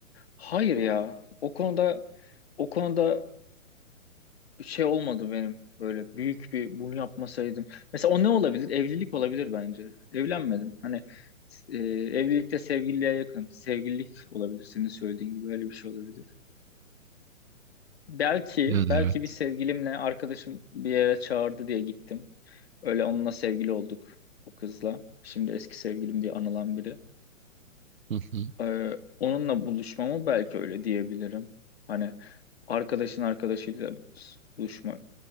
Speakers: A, on the left; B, on the right.
A: Hayır ya. O konuda o konuda şey olmadı benim. Böyle büyük bir bunu yapmasaydım. Mesela o ne olabilir? Evlilik olabilir bence. Evlenmedim. Hani e, evlilikte sevgililiğe yakın. Sevgililik olabilir senin söylediğin gibi. Öyle bir şey olabilir. Belki
B: Yani
A: belki
B: evet.
A: bir sevgilimle arkadaşım bir yere çağırdı diye gittim. Öyle onunla sevgili olduk o kızla. Şimdi eski sevgilim diye anılan biri.
B: Hı hı.
A: Ee, onunla buluşmama belki öyle diyebilirim. Hani arkadaşın arkadaşıyla buluşma